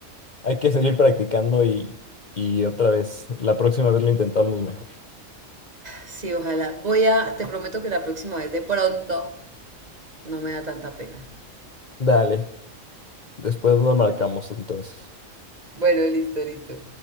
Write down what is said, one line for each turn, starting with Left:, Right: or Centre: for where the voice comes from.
Left: hay que seguir practicando y, y otra vez, la próxima vez lo intentamos mejor.
Right: Sí, ojalá. Voy a, te prometo que la próxima vez de pronto no me da tanta pena.
Left: Dale, después nos marcamos entonces.
Right: Bueno, listo, listo.